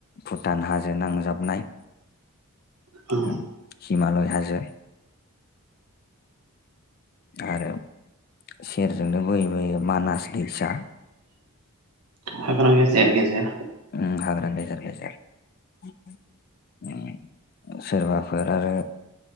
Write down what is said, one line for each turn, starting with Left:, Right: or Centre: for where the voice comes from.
Left: भुटान हाजो नांजाबनाय
Right: औ
Left: उम हिमालय हाजो आरो सेरजोंनो बोयै बोयै मानास दैसा।
Right: हाग्रा गेजेर गेजेर।
Left: उम हाग्रा डेंजेर गेजेर। ओम सोरबाफोर आरो।